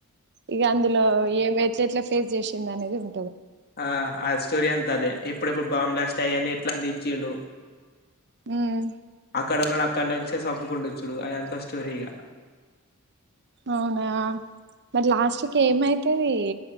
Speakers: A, on the right (about 50°); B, on the left (about 45°).
A: ఇగ అందులో ఏం ఎట్లట్లా ఫేస్ చేసింది అనేది ఉ
B: ఆ ఆ స్టోరీ అంత అదే ఎప్పుడెప్పుడు బాంబ్ బలాస్ట్ అయ్యాని ఎట్లా అందించిండు
A: ఉమ్
B: అక్కడోల్నాక్ అక్కడ నుంచే సంపుకుంటూ చూడు అయ అంత స్టోరీ ఇగా
A: అవునా మరి లాస్ట్కి ఏమైతది